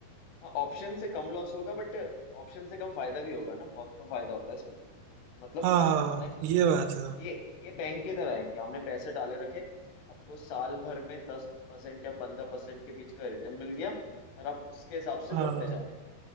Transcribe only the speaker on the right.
हाँ हाँ हाँ,
ये बात है
हाँ